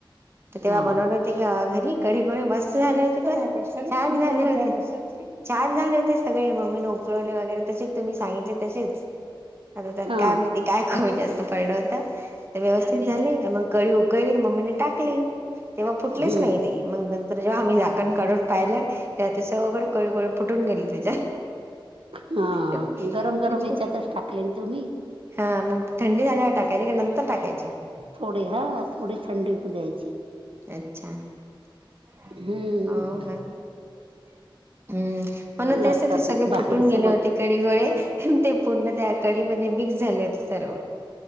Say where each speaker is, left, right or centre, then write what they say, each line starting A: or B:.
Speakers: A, on the right; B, on the right.
A: तेव्हा
B: हा
A: बनवले होते घ घरी कडीगोळे मस्त झाले होते ब छान झाले होते छान झाले होते सगळे मम्मी न उकळवले वगैरे तशे तुम्ही सांगितले तसेच आता त्यात
B: हा
A: काय माहिती काय खुप जास्त पडल होत. ते व्यवस्थित झाले मग कडी उकळी मम्मीने टाकले तेव्हा फुटलेच
B: हम्म
A: नाही ते म नं जेव्हा आम्ही झाकण काढून पाहिलं तेव्हा ते सगळे कडीगोळे फुटून गेले. त्याच्यात.
B: हा
A: ते
B: गरम गरम हच्यातच टाकलेन तुम्ही
A: हा मग थंडी झाल्यावर टाय का नंतर टाकायची.
B: थोडी हा थोडी थंडी होऊ द्यायची.
A: अच्छा <unintelligible>
B: हम्म
A: हम्म हो ना
B: लागतात
A: तेस ते सगळे
B: मग भाकरी
A: फुटून गेले
B: सोबत
A: होते कडीगोळे ते पूर्ण त्या कडी ते मिक्स झाले होते सर्व.